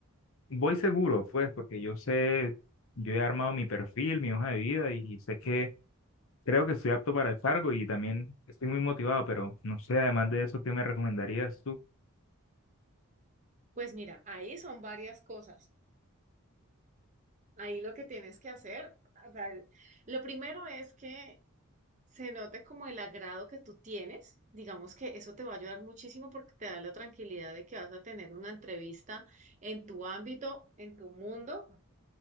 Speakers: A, on the left; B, on the right.
A: voy seguro, pues, porque yo sé, yo he armado mi perfil, mi hoja de vida y, sé que creo que estoy apto para el cargo y también estoy muy motivado, pero no sé, además de eso, ¿qué me recomendarías tú?
B: Pues mira, ahí son varias cosas. Ahí lo que tienes que hacer, o sea, el- lo primero es que se note como el agrado que tú tienes. Digamos que eso te va a ayudar muchísimo porque te da la tranquilidad de que vas a tener una entrevista en tu ámbito, en tu mundo.